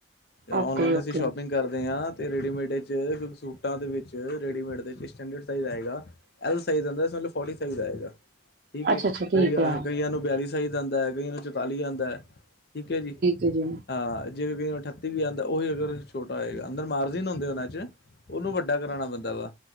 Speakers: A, on the left; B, on the right.
A: ਜਾਂ
B: ਓਕੇ
A: ਔਨਲਾਈਨ
B: ਓਕੇ
A: ਅਸੀਂ ਸ਼ੋਪਿੰਗ ਕਰਦੇ ਹਾਂ, ਤੇ ਰੇਡੀਮੇਡ ਵਿੱਚ ਸੂਟਾਂ ਦੇ ਵਿੱਚ ਰੇਡੀਮੇਡ ਦੇ ਵਿੱਚ ਸਟੈਂਡਰਡ ਸਾਈਜ਼ ਆਏਗਾ। ਆਈ ਸਾਈਜ ਆਦਾ ਸੋਨੂੰ ਫੋਰਟੀ ਸਾਈਜ਼ ਆਏਗਾ, ਠੀਕ
B: ਅੱਛਾ
A: ਹੈ
B: ਅੱਛਾ ਠੀਕ
A: ਕਈਆਂ
B: ਹੈ
A: ਕਈਆਂ ਨੂੰ ਬਿਆਲੀ ਜਾਂਦਾ ਹੈ ਕਈ ਨੂੰ ਚੁਤਾਲੀ ਆਦਾ ਹੈ, ਠੀਕ ਹੈ ਜੀ
B: ਹੈ ਜੀ
A: ਹਾਂ। ਜੇਵੇ ਕਈ ਅਠੱਤੀ ਵੀ ਆਦਾ ਉਹੀ ਅਗਰ ਛੋਟਾ ਹੈਗਾ, ਅੰਦਰ ਮਾਰਜਨ ਹੁੰਦੇ ਉਹਨਾਂ ਚ ਉਹਨੂੰ ਵੱਡਾ ਕਰਾਉਣਾ ਪੈਂਦਾ ਵਾ